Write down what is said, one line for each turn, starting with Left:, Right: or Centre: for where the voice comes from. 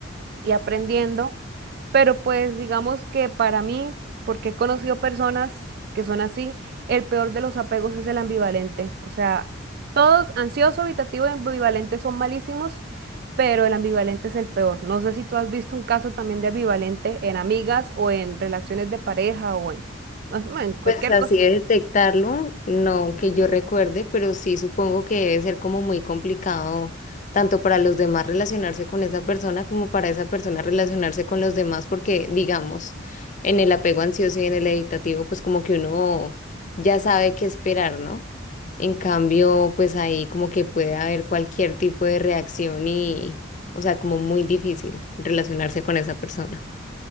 Right: y aprendiendo, pero pues digamos que para mí, porque he conocido personas que son así, el peor de los apegos es el ambivalente. O sea, todos ansioso, evitativo y ambivalente son malísimos, pero el ambivalente es el peor. No sé si tú has visto un caso también de ambivalente en amigas o en relaciones de pareja o en, bueno, en cualquier
Left: Pues así
Right: cosa.
Left: de detectarlo, no que yo recuerde, pero sí supongo que debe ser como muy complicado tanto para los demás relacionarse con esa persona como para esa persona relacionarse con los demás, porque digamos, en el apego ansioso y en el evitativo, pues como que uno ya sabe qué esperar, ¿no? En cambio, pues ahí como que puede haber cualquier tipo de reacción y, o sea, como muy difícil relacionarse con esa persona.